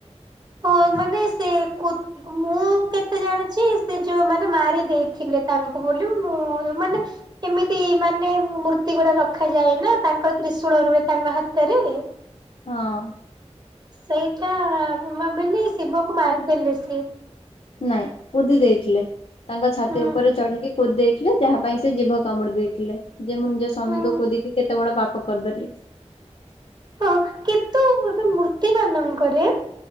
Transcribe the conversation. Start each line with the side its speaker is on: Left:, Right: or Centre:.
Right: ଓ ମାନେ ସେ କୁ ମୁଁ କେତେ ଜାଣିଛି ସେ ଯୋଉମାନେ ମାରି ଦେଇଥିଲେ ତାଙ୍କୁ ବୋଲି ମୁଁ ମାନେ ଏମିତି ମାନେ ମୂର୍ତ୍ତି ଗୁଡା ରଖାଯାଏ ନା ତାଙ୍କ ତ୍ରିଶୂଳ ରୁହେ ତାଙ୍କ ହାତରେ।
Left: ହଁ।
Right: ସେଇଟା ମୁ ଭାବିଲି ଶିବକୁ ମାରି ଦେଲେ ସିଏ।
Left: ନାଇଁ କୁଦି ଦେଇଥିଲେ ତାଙ୍କ ଛାତି
Right: ହୁଁ
Left: ଉପରେ ଚଢିକି କୁଦି ଦେଇଥିଲେ ଯାହା ପାଇଁ ସେ ଜୀବ କାମୁଡି ଦେଇଥିଲେ ଯେ ମୁଁ ନିଜ ସ୍ୱାମୀଙ୍କୁ
Right: ହୁଁ।
Left: କୁଡ଼ିକି କେତେ ବଡ ପାପ କରିଦେଲି
Right: ହଁ କିନ୍ତୁ ମୂର୍ତ୍ତି ମାନଙ୍କରେ